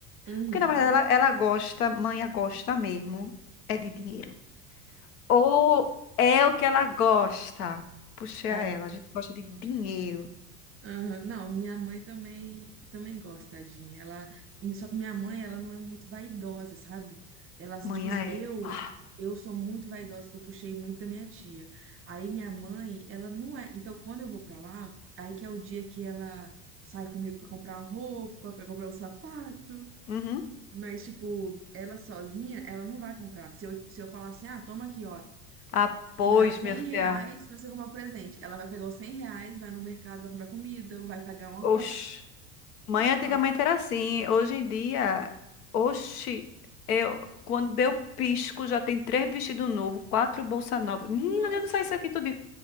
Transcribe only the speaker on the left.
Porque, na verdade, ela, Hum. ela gosta, mãe gosta mesmo, é de dinheiro. Ou é o que ela gosta. Puxei
a ela, a gente gosta de dinheiro.
Mãe
é.
Ah,
uhum.
Ah, pois,
minha filha.
Oxi. Mãe antigamente
era assim. Hoje em dia, oxi, eu, quando deu pisco, já tem três vestidos novos, quatro bolsa nova. Menina,
eu não sei isso aqui tudo.